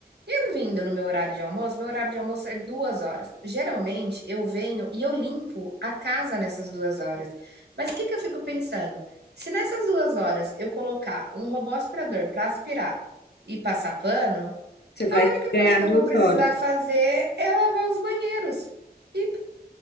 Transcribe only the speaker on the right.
Eu vindo no meu horário de almoço, meu horário de almoço é 2 horas. Geralmente eu venho e eu limpo a casa nessas 2 horas. Mas o que que eu fico pensando, se nessas 2 horas eu colocar um robô aspirador para aspirar e passar pano,
a única
coisa que
eu vou precisar
fazer é lavar os banheiros, e